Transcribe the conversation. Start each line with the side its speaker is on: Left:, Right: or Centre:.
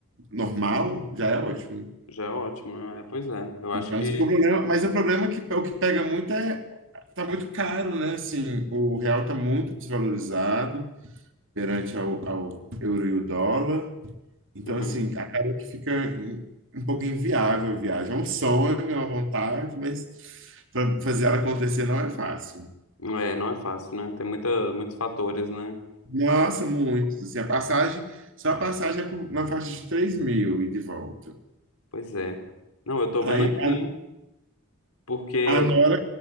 Right: normal, já é ótimo.
Left: já é ótimo. É, pois é. Eu acho
Right: Então,
Left: que.
Right: esse é o problema, mas o problema é que o que pega muito é tá muito caro, né? Assim, o real tá muito desvalorizado perante ao, ao euro e o dólar. Então,
Left: uhum.
Right: assim, acaba que fica em- um pouco inviável a viagem. É um sonho, é uma vontade, mas fa- fazer ela acontecer não é fácil.
Left: É, não é fácil, né? Tem muita, muitos fatores, né?
Right: Nossa, muito. Assim, a passagem, só a passagem é por- na faixa de três mil e de volta.
Left: Pois é. Não, eu tô
Right: Aí
Left: vendo aqui,
Right: a,
Left: hein? Porque,
Right: a Nora.